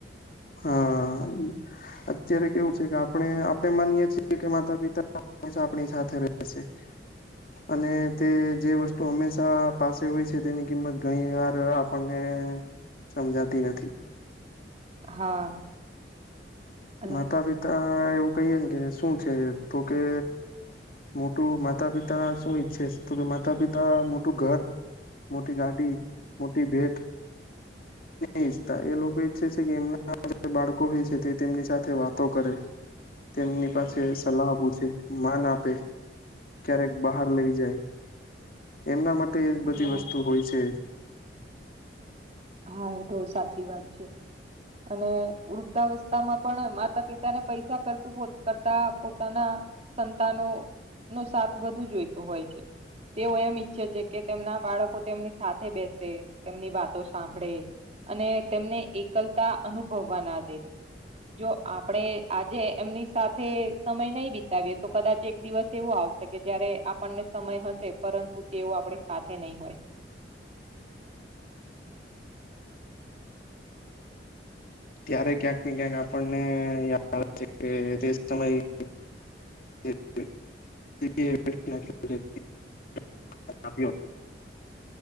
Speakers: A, on the left (about 55°); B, on the right (about 35°).
A: હા. અત્યારે કેવું છે કે આપણે આપણે માનીએ છીએ કે માતા પિતા આપણી સાથે રહેશે. <inaudible> અને તે જે વસ્તુ હંમેશા પાસે હોય છે તેની કિંમત ઘણી વાર આપણને સમજાતી નથી.
B: હા અને
A: માતા પિતા એવું કહીએ ને કે શું છે તો કે મોટું માતા પિતા શું ઈચ્છે તો કે માતા પિતા મોટું ઘર મોટી ગાડી મોટી ભેટ એ ઈચ્છતા એ લોકો ઈચ્છે છે કે એમના જે બાળકો હોય છે તે તેમની સાથે વાતો કરે તેમની પાસે સલાહ પૂછે માન આપે ક્યારેક બહાર લઈ જાય એમના માટે એ બધી
B: હા
A: વસ્તુ હોય છે.
B: હા એ તો સાચી વાત છે. અને વૃદ્ધાવસ્થા માં પણ માતા પિતા ને પૈસા કરતું કરતા પોતાના સંતાનો નો સાથ વધુ જોઈતો હોય છે. તેઓ એમ ઈચ્છે છે કે તેમના બાળકો તેમની સાથે બેસે તેમની વાતો સાંભળે અને તેમને એકલતા અનુભવવા ના દે જો આપડે આજે એમની સાથે સમય નહી વિતાવીએ તો કદાચ એક દિવસ એવું આવશે. કે જયારે આપણને સમય હશે પરંતુ તેવ આપડી સાથે નહી હોય.
A: ત્યારે ક્યાંક ને ક્યાંક આપણને યાદ આવે છે કે તે સમય <unintelligible>